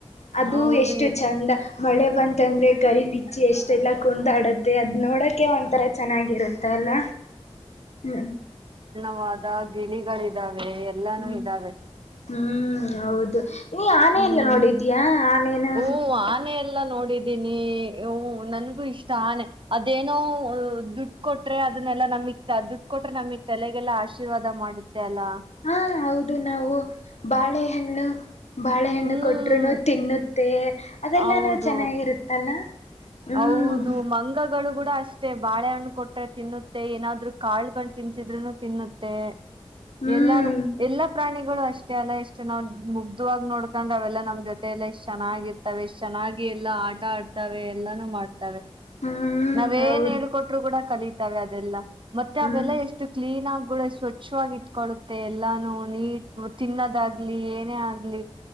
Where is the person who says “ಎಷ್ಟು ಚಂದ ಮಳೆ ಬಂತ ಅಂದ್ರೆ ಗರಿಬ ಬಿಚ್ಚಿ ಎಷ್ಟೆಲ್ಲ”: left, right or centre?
Left